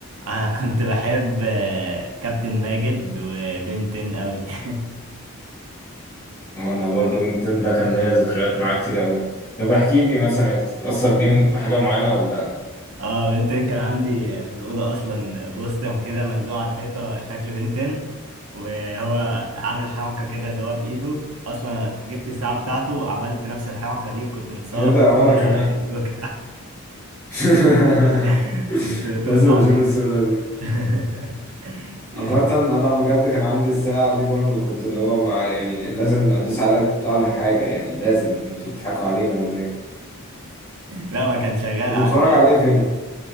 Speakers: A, on the right (about 75°); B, on the left (about 20°).
A: انا <laughs> كنت بحب آه، كابتن ماجد وبنتين قوي <laughs>
B: وانا برضو يمكن ده كان ليا ذكريات معاه كتير قوي طب احكي لي مثلا كنت تتاثر بيهم بحاجه معينه ولا
A: اه بنتين كان عندي في الاوضه اصلا بوستر كده ملزوق على الحيطه شكل بنتين وهو عامل حركه كده اللي هو بايده اصلا جبت الساعه بتاعته وعملت نفس الحركه دي وكنت متصور
B: ايه ده وانا
A: على
B: كمان
A: فيسبوك
B: <laughs>
A: <laughs> كنت طفل
B: لازم
A: عبيط
B: اشوف الصوره دي
A: <laughs>
B: عامة أنا بجد كان عندي الساعة دي برضو كنت اللي هو بقى يعني لازم أدوس عليها تطلع لي حاجة يعني لازم أنتوا بتضحكوا علينا ولا إيه؟
A: لا ما كان شغال
B: كنت
A: عندي
B: بتتفرج عليه فين؟